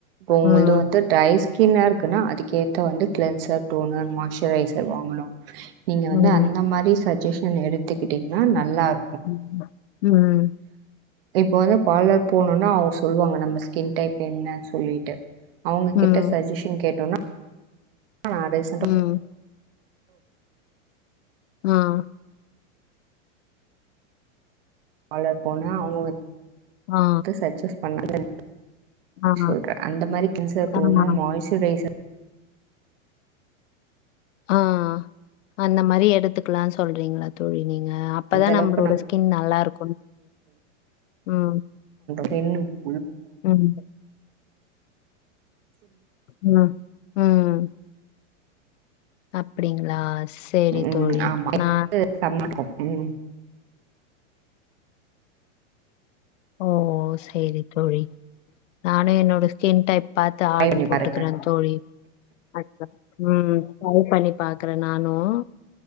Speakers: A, on the right; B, on the left.
A: உங்களுது
B: ம்.
A: வந்து ட்ரைஸ் ஸ்கின்னா இருக்குன்னா அதுக்கேத்த வந்து கிளென்சர் டோனர் மாய்சரைஸர் வாங் முல நீங்க
B: ம்.
A: வந்து அந்த மாதிரி இன்ஜெக்ஷன் எடுத்துக்கிட்டீங்கன்னா நல்லா இரு
B: உம் உம்
A: இப்ப வந்து பார்லர் போகணும்னா சொல்லுவாங்க நம்ம ஸ்கின் டைப் என்னன்னு சொல்லிட்டு அவங்ககிட்ட
B: ம்.
A: சஜஷன் கேட்டோனா நா ரீசெண்டா
B: உம் ஆஹ்
A: வால போன அவங்க வந்து
B: ஆ.
A: டாக்டர் சாக்சன் பண்ண
B: ஆ.
A: சொல்றன் அந்த மாதிரி கின்ச தூ
B: ஆமா.
A: மா்சுரைசர்
B: ஆஹ் அந்த மாதிரி இடத்துக்கெல்லாம் சொல்றீங்களா தோழி நீங்க அப்பதான்
A: எந்த அளவுக்கு
B: நம்மளோட ஸ்கின் நல்லா இருக்கும் உம்
A: உம்
B: உஹம் உம் உம் அப்படிங்களா சரி
A: ம்
B: தோழி
A: ஆமா
B: நான்
A: செமயா இருக்கு ம்
B: ஓ சரி தோழி நானும் என்னோட ஸ்கின் டைப் பாத்து
A: ட்ரை
B: ஆர்டரு
A: பண்ணி
B: போட்டுக்கிறேன்
A: பாருங்க
B: தோழி அ உம் டிரை பண்ணி பாக்குறேன் நானும்